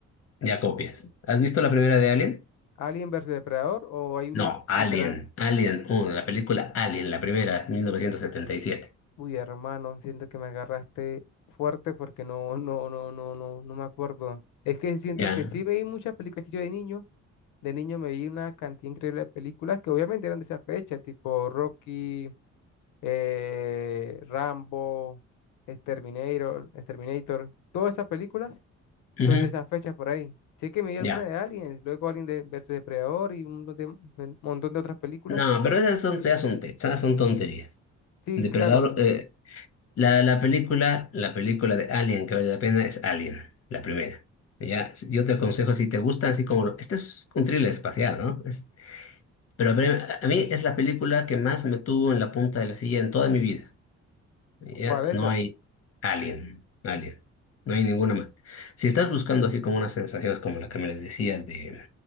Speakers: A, on the left; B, on the left.
A: ya copias. ¿Has visto la primera de Alien?
B: Alien versus Depredador o hay una
A: No, Alien,
B: literal...
A: Alien 1, la película Alien, la primera, 1977.
B: Uy, hermano, siento que me agarraste fuerte porque no, no, no, no, no, no me acuerdo. Es que siento
A: Ya.
B: que sí veí muchas películas que yo de niño, de niño me vi una cantidad increíble de películas que obviamente eran de esa fecha, tipo Rocky, eh, Rambo, Exterminator, Exterminator. Todas esas películas son
A: Ujú,
B: de esas fechas por ahí. Sé que me vi alguna
A: Ya.
B: de Aliens, luego Alien de versus Depredador y un montón de, un montón de otras películas.
A: No, pero esas son, ya son, te- esas son tonterías.
B: Sí,
A: Depredador,
B: claro,
A: eh, La, la película, la película de Alien que vale la pena es Alien, la primera. Ya, yo te aconsejo si te gustan así como lo- este es un thriller espacial, ¿no? Es- pero a ver, a mí es la película que más me tuvo en la punta de la silla en toda mi vida. Ya,
B: ¿cuál es
A: no
B: esa?
A: hay Alien, Alien, no hay ninguna más. Si estás buscando así como unas sensaciones como la que me les decías de